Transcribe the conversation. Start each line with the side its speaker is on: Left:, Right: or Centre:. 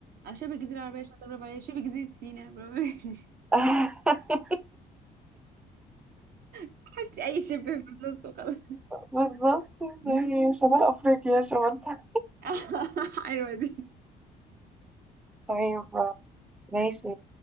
Right: اه شبه الجزيرة العربية شاطر برافو عليك شبه جزيرة سيناء برافو عليك
Centre: <laughs>
Right: <laughs> حطي أي شبه في النص وخلاص
Centre: بالظبط
Right: <laughs>
Centre: زي شمال افريقيا شمال تحت.
Right: <laughs> حلوة دي
Centre: طيب ماشي